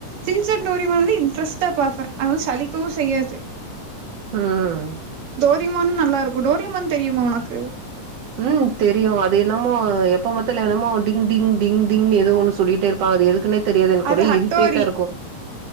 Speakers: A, on the right (about 55°); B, on the right (about 70°).
A: சிஞ்சான் டோரிமான் வந்து இன்ட்ரெஸ்ட்டா பாப்பேன் அது சளிக்கவும் செய்யாது
B: ம்
A: டோரிமான்னு நல்லாருக்கும் டோரிமான் தெரியுமா உனக்கு
B: ம் தெரியும் அது என்னமோ எப்ப பாத்த இ என்னமோ டிங் டிங் டிங் டிங்னு ஏதோ ஒன்னு சொல்லிட்டே இருப்பாங்க அது எதுக்குனே தெரியாது எனக்கு
A: அது
B: ஒரே
A: ஹட்டோரி
B: இரிட்டேட்டா இருக்கும்